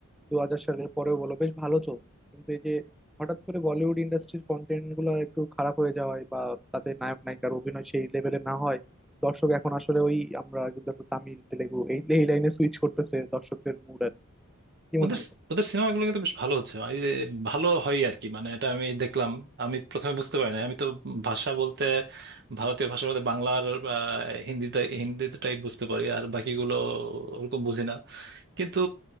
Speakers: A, in the centre; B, on the right.
A: দু হাজার সালের পরেও বলো বেশ ভালো চলছে কিন্তু এই যে হঠাৎ করে বলিউড ইন্ডাস্ট্রির কন্টেন্ট গুলো একটু খারাপ হয়ে যাওয়ায় বা তাদের নায়ক নায়িকার অভিনয় সেই লেভেলে না হয় দর্শক এখন আসলে ওই আমরা কিন্তু একটু তামিল তেলেগু এই এই লাইনে সুইচ করতেছে দর্শকদের মুড আর কি
B: ওদের
A: মনে হয় তোমার?
B: ওদের সিনেমাগুলো কিন্তু বেশ ভালো হচ্ছে আর এই যে ভালো হয় আর কি মানে এটা আমি দেখলাম আমি প্রথমে বুঝতে পারি না আমি তো ভাষা বলতে ভারতীয় ভাষার মধ্যে বাংলার বা হিন্দিতে হিন্দিটাই বুঝতে পারি আর বাকিগুলো ওরকম বুঝি না কিন্তু